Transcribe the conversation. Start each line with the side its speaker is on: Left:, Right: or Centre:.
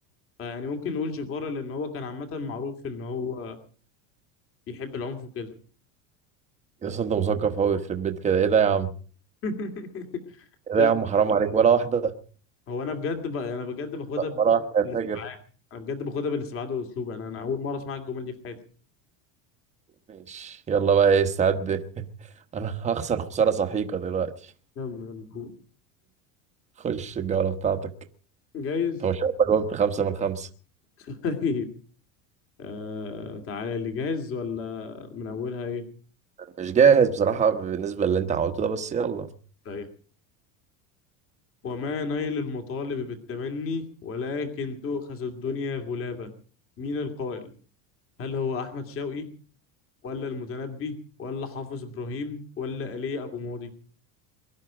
Left: فيعني ممكن نقول جيفارا لان هو كان عامه معروف ان هو بيحب العنف وكده
Right: يا اسطى انت مثقف قوي يخرب بيت كده ايه ده يا عم
Left: <laughs>
Right: ايه
Left: يس
Right: ده يا عم حرام عليك ولا واحدة
Left: هو انا بجد ب... انا بجد باخدها بال-
Right: ولا واحدة يا
Left: بالاستبعاد
Right: فاجر
Left: انا بجد باخدها بالاستبعاد والاسلوب انا انا اول مره اسمع الجمل دي في حياتي
Right: ماشي يلا بقى ايه استعد <laughs> انا هخسر خسارة سحيقة دلوقتي
Left: يلا يلا قول.
Right: خش الجولة بتاعتك
Left: جايز
Right: انت ما شاء الله جاوبت خمسة من خمسة
Left: <laughs> طيب آه... تعالى اللي جاهز ولا من اولها ايه
Right: مش جاهز بصراحة بالنسبة للي انت عملته ده بس يلا
Left: طيب وما نيل المطالب بالتمني ولكن تؤخذ الدنيا غلابة مين القائل هل هو احمد شوقي ولا المتنبي ولا حافظ ابراهيم ولا ايليا ابو ماضي